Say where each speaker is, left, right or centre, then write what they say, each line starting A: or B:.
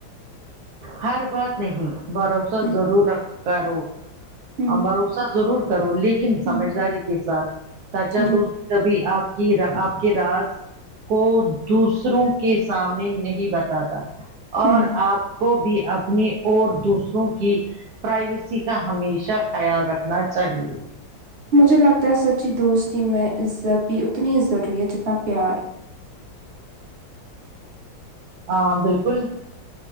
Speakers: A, on the right; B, on the right.
A: ہر بات نہیں بھروسہ
B: ہوں
A: ضرور رکھ کرو
B: ہوں
A: اب بھروسہ ضرور کرو لیکن سمجھداری
B: ہوں
A: کے ساتھ سچا
B: جی
A: دوست تبھی اپ کی اپ کے راز کو دوسروں کے سامنے نہیں بتاتا اور
B: ہوں ہ
A: اپ کو بھی اپنی اور دوسروں کی پرائیویسی کا ہمیشہ خیال رکھنا چاہیے
B: مجھے لگتا ہے سچی دوستی میں عزت بھی اتنی ضروری ہے جتنا پیار
A: ہاں بالکل